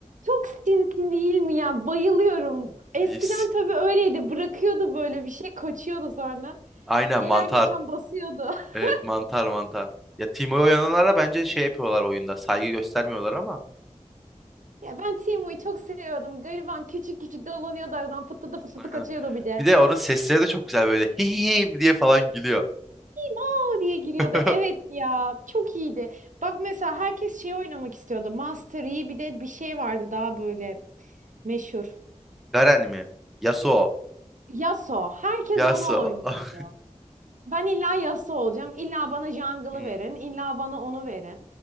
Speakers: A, on the right; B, in the centre.
A: Çok sinsi değil mi ya? Bayılıyorum. Eskiden
B: Yes.
A: tabii öyleydi. Bırakıyordu böyle bir şey, kaçıyordu sonra.
B: Aynen
A: Gelen
B: mantar.
A: geçen basıyordu. <laughs>
B: Evet mantar mantar. Ya Timo'yu oynananlara bence şey yapıyorlar oyunda. Saygı göstermiyorlar ama.
A: Ya ben Timo'yu çok seviyordum. Gariban küçük küçük dolanıyordu aradan fıtladı fıtladı
B: Aynen.
A: kaçıyordu bir de.
B: Bir de onun sesleri de çok güzel böyle. <laughs> hihi diye falan gülüyor.
A: Aa diye giriyordu.
B: <laughs>
A: Evet ya çok iyiydi. Bak mesela herkes şey oynamak istiyordu. Master Yi bir de bir şey vardı daha böyle meşhur.
B: Garen mi? Yasuo.
A: Yasuo. Herkes
B: Yasuo.
A: onu oynuyordu.
B: <laughs>
A: Ben illa Yasuo olacağım. İlla bana jungle'ı
B: Hmm.
A: verin. İlla bana onu verin.